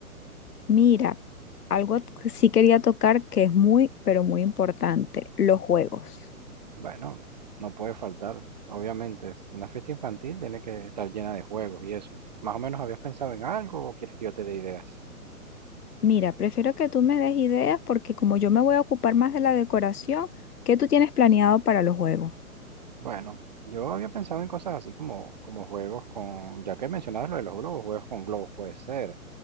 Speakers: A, on the left; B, on the right.
A: Mira, algo que sí quería tocar que es muy, pero muy importante, los juegos.
B: Bueno, no puede faltar, obviamente. Una fiesta infantil tiene que estar llena de juegos y eso. ¿Más o menos habías pensado en algo o quieres que yo te dé ideas?
A: Mira, prefiero que tú me des ideas porque como yo me voy a ocupar más de la decoración, ¿qué tú tienes planeado para los juegos?
B: Bueno, yo había pensado en cosas así como, como juegos con, ya que mencionabas lo de los globos, juegos con globos puede ser.